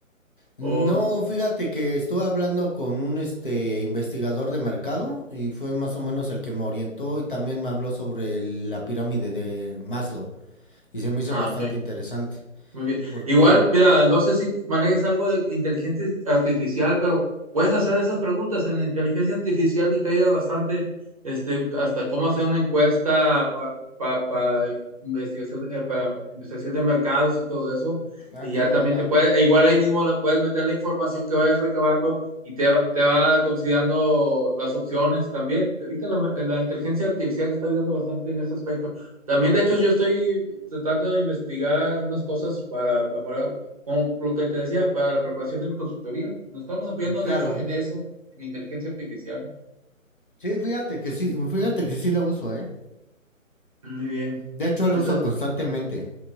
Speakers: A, on the left (about 40°); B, on the right (about 25°).
A: No,
B: O...
A: fíjate que estuve hablando con un este investigador de mercado y fue más o menos el que me orientó y también me habló sobre el- la pirámide de Maslow. y se me hizo
B: Ah,
A: bastante
B: ok.
A: interesante.
B: Muy bien.
A: Porque,
B: Igual, mira, no sé si manejes algo de inteligencia artificial, pero puedes hacer esas preguntas en la inteligencia artificial y te ayuda bastante, este, hasta cómo hacer una encuesta para investigación, eh, pa investigación de mercados y todo eso.
A: ah,
B: Y
A: qué
B: ya
A: buena
B: también
A: onda.
B: te puede, e igual ahí mismo la, puedes meter la información que vayas recabando y te va, te va considerando las opciones también. Ahorita la, la inteligencia artificial te está ayudando bastante en ese aspecto. También, de hecho, yo estoy tratando de investigar unas cosas para mejorar, como lo que te decía, para la preparación de mi consultoría. Nos estamos apoyando, de
A: Claro.
B: hecho, en eso, en inteligencia artificial.
A: Sí, fíjate que sí, fíjate que sí la uso, ¿eh?
B: Muy bien.
A: De hecho, la
B: Eso
A: uso
B: es,
A: constantemente.